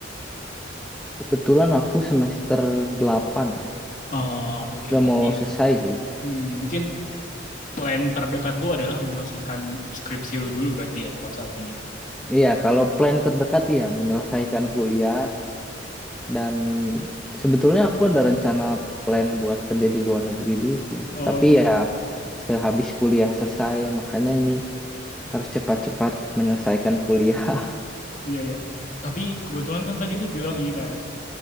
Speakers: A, in the centre; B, on the left.
A: Kebetulan aku semester 8, ya.
B: Oh, oke oke.
A: udah
B: Berarti
A: mau selesai sih.
B: hmm, mungkin plan terdekat lu adalah menyelesaikan skripsi lu dulu berarti ya kalau saat ini ya.
A: Iya, kalau plan terdekat ya menyelesaikan kuliah dan sebetulnya aku ada rencana plan buat kerja di luar negeri dulu sih.
B: Oh
A: Tapi
B: ya,
A: ya sehabis kuliah selesai, makanya ini harus cepat-cepat menyelesaikan kuliah <laughs>
B: iya ya. Tapi kebetulan kan tadi lu bilang ini kan